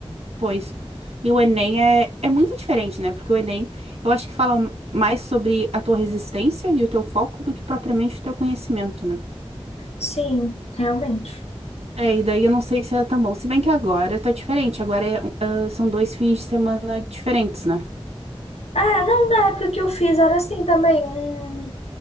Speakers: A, on the right; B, on the left.
A: Pois. E o Enem é, é muito diferente, né? Porque o Enem, eu acho que fala mais sobre a tua resistência e o teu foco do que propriamente o teu conhecimento, né?
B: Sim, realmente.
A: É, e daí eu não sei se era tão bom. Se bem que agora tá diferente. Agora é, ah, são dois fins de semana diferentes, né?
B: É, não, na época que eu fiz era assim também. Um,